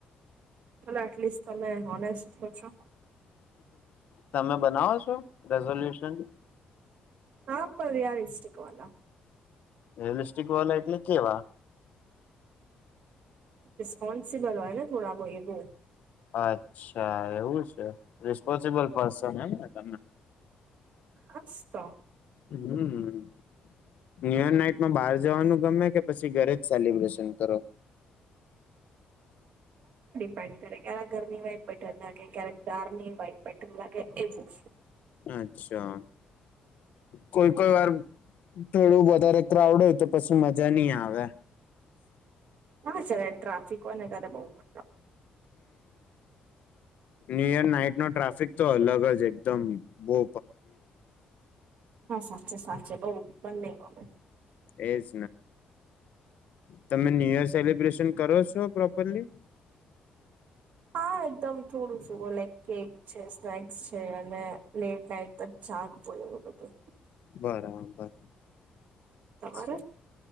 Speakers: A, on the right; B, on the left.
A: ચાલો, એટલીસ્ટ તમે ઓનેસ્ટ તો છો.
B: તમે બનાવો છો, રેઝોલ્યુશન?
A: હા, પન રિયાલિસ્ટિક વાલા.
B: રિયલસ્ટિક વાલા એટલે કેવા?
A: રિસ્પોન્સિબલ હોય ને થોડા, બ એ બો.
B: અચ્છા, એવું છે રિસ્પોન્સબલ પર્સન એમ ને તમે.
A: હાસ્તો.
B: હમ, ન્યુયર નાઈટ માં બહાર જવાનું ગમે? કે પછી ઘરે જ સેલિબ્રેશન કરો?
A: પેન્ડ કરે, ક્યારેક ઘરની વાઈબ બેટર લાગે, ક્યારેક બારની વાઈબ બેટર લાગે, એવું.
B: અચ્છા કોઈ કોઈ વાર થોડું વધારે ક્રાઉડ હોય તો પછી મજા નહી આવે.
A: હા સર ટ્રાફિક. કોને તારે બહ કો
B: ન્યુયર નાઈટ નો ટ્રાફિક તો અલગ જ એકદમ બો
A: હા સાચ સા. બઉ બંને ગમે.
B: એજ. તમે ન્યુ યર સેલિબ્રેશન કરો છો પ્રોપરલી?
A: હા એકદમ થોડું શ લાઇક કેક છે, સ્નેક્સ છે અને લેટ નાઈટ તક જાગવું એવ બધું
B: બરાબર.
A: તમારે?
B: છે.